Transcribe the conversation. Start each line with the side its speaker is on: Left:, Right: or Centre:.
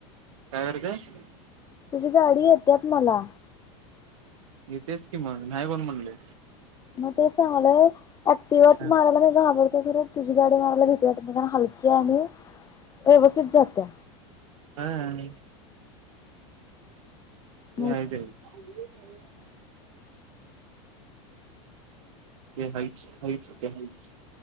Right: काय करते
Left: तुझी गाडी य त्यात मला
Right: येतेच कि मग नाही कोण म्हणले?
Left: मग ते सांगल. <unintelligible> ते म्हणे,
Right: हा
Left: तुझी गाडी मला भीती वाटत नाही, कारण हलकी्या आणि व्यवस्थित चालते.
Right: हा. हा. <unintelligible>
Left: मग
Right: <inaudible> ते हाइच, हाइच ते हाइच.